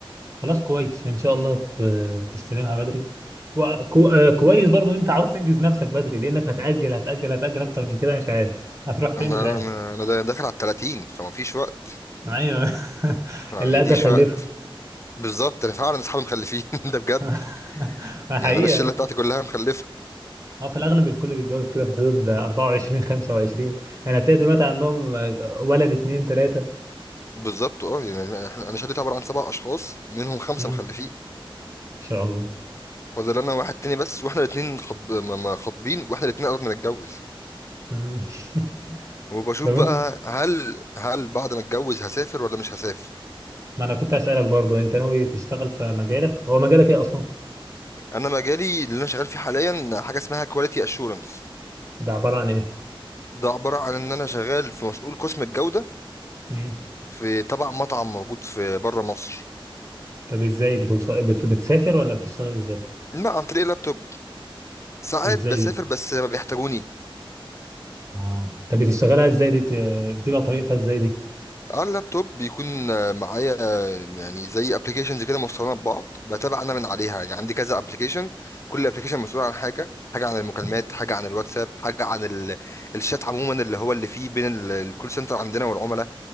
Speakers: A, on the right; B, on the left.
A: خلاص كويس ان شاء الله ت- تستلمها بدري وكو... آه، كويس برضو ان انت عاوز تنجز نفسك بدري لانك هتاجل هتاجل هتاجل اكتر من كده مش عارف هتروح فين
B: انا
A: مش عارف
B: انا انا دا- داخل على ال 30 فما فيش وقت
A: ايوه <laughs>
B: ما
A: اللي
B: عنديش
A: قد خلفه
B: وقت بالظبط انا فعلا اصحابي مخلفين <laughs> ده بجد
A: <laughs> ما حقيقه
B: يعني انا الشله
A: يعني.
B: بتاعتي كلها مخلفه
A: اه في الاغلب الكل بيتجوز كده في حدود 24 25 يعني هتلاقي دلوقتي عندهم آه، ولد اتنين تلاته
B: بالظبط اه يعني إحنا- انا شلتي عباره عن سبع اشخاص منهم خمسه
A: مم.
B: مخلفين
A: ان شاء الله
B: فاضل انا واحد تاني بس واحنا الاثنين خطب... ما- ما خاطبين واحنا الاثنين قربنا نتجوز
A: مم. <laughs>
B: وبشوف
A: لو
B: بقى
A: انت
B: هل هل بعد ما اتجوز هسافر ولا مش هسافر
A: ما انا كنت اسالك برضو انت ناوي تشتغل في مجالك هو مجالك ايه اصلا
B: انا مجالي اللي انا شغال فيه حاليا حاجه اسمها كواليتي اشورنس
A: ده عباره عن ايه
B: ده عباره عن ان انا شغال في مسؤول قسم الجوده
A: مم.
B: في تبع مطعم موجود في بره مصر
A: طب ازاي بتوصل بت... بتسافر ولا بتشتغل ازاي
B: لا عن طريق اللابتوب ساعات
A: ازاي
B: بسافر
A: دي
B: بس ما بيحتاجوني
A: اه طب بتشتغلها ازاي دي ت- بتبقى طريقتها ازاي دي
B: على اللابتوب بيكون آه، معايا آه، يعني زي ابلكيشنز كده مستخدمه ببعض بتابع انا من عليها يعني عندي كذا ابلكيشن كل ابلكيشن مسؤول عن حاجه حاجه عن المكالمات
A: مم.
B: حاجه عن الواتساب حاجه عن ال- الشات عموما اللي هو اللي فيه بين ال- الكول سنتر عندنا والعملاء